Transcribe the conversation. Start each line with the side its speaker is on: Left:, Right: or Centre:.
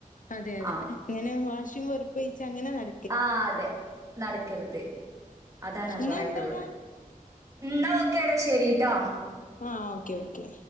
Left: അതെ അതെ
Right: ആ
Left: ഇങ്ങനെ വാശിം വെറുപ്പയ്ച്ച് അങ്ങനെ നട
Right: ആഹ് അതെ നടക്കര്ത് അതാണ്
Left: എന്നാ
Right: കൊറെ
Left: എന്താടാ
Right: ഒക്കെളളത് ന്നാ ഓക്കെടാ ശെരിട്ടോ
Left: ആഹ് ഓക്കെ ഓക്കെ